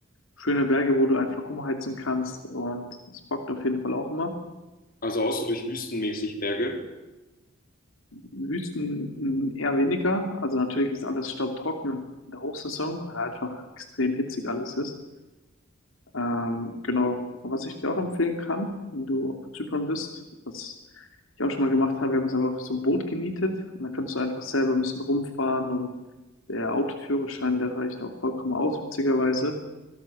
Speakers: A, on the left; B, on the left.
A: schöne Berge, wo du einfach umheizen kannst und es bockt auf jeden Fall auch immer.
B: Also auch so durch wüstenmäßig Berge.
A: Wüsten m, eher weniger. Also, natürlich ist alles staubtrocken in der Hochsaison, weil einfach extrem hitzig alles ist. Ähm, genau. Und was ich dir auch empfehlen kann, wenn du auf Zypern bist, was ich auch schon mal gemacht habe, wir haben uns einfach so ein Boot gemietet und da kannst du einfach selber ein bisschen rumfahren und der Autoführerschein, der reicht auch vollkommen aus, witzigerweise,